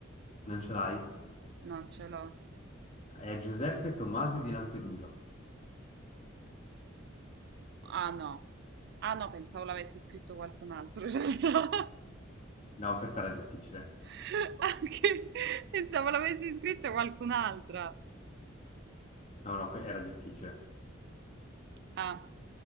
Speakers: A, on the left (about 35°); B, on the right (about 55°).
A: Non ce l'hai?
B: Non ce l'ho.
A: È Giuseppe Tomasi di Lampedusa.
B: Ah, no. Ah, no, pensavo l'avesse scritto qualcun altro, in realtà.
A: No, questa era difficile.
B: <laughs> Anche... Pensavo l'avesse scritto qualcun'altra.
A: No, no, que- era difficile.
B: Ah,